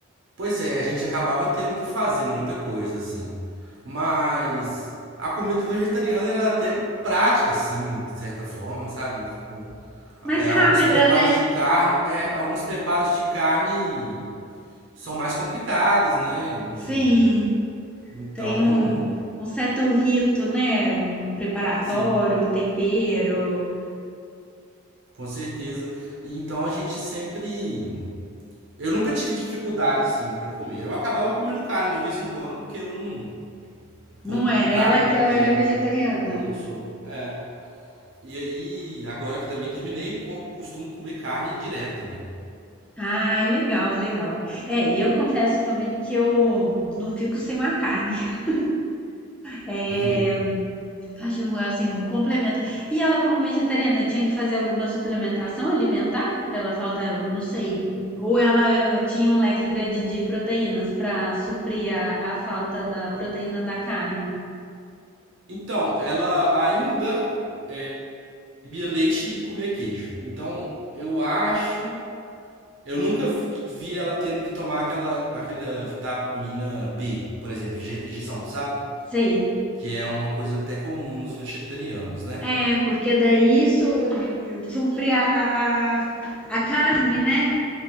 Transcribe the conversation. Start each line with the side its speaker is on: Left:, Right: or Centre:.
Right: Pois é, a gente acabava tendo que fazer muita coisa, assim. Mas a comida vegetariana era até prática, assim, de certa forma, sabe? Tipo,
Centre: Mais
Right: é,
Centre: rápida,
Right: alguns preparos
Centre: né?
Right: de carne. É, alguns preparos de carne são mais complicados, né? Enfim.
Centre: Sim,
Right: Então,
Centre: tem um, um certo rito, né? No preparatório,
Right: sim,
Centre: tempero.
Right: com certeza. E então a gente sempre Eu nunca tive dificuldade assim pra comer. Eu acabava comendo carne de vez em quando, porque eu não como
Centre: Não era
Right: carne
Centre: ela
Right: há muito
Centre: que ela
Right: tempo.
Centre: era vegetariana.
Right: Eu não sou. É. E aí, agora que também terminei, co- costumo comer carne direto também.
Centre: Ai, legal, legal. É, eu confesso também que eu não fico sem uma carne. <laughs> É,
Right: <laughs>
Centre: acho um, assim, um complemento. E ela, como vegetariana, tinha que fazer alguma suplementação alimentar pela falta, não sei, ou ela tinha um leque grande de proteínas para suprir a, a falta da proteína da carne?
Right: Então, ela ainda é, bebia leite e comia queijo. Então, eu acho. Eu nunca vi, vi ela tendo que tomar aquela, aquela vitamina B, por exemplo, inje- injeção, sabe?
Centre: Sei.
Right: Que é uma coisa até comum nos vegetarianos, né?
Centre: É, porque daí isso supre a, a, a a carne, né?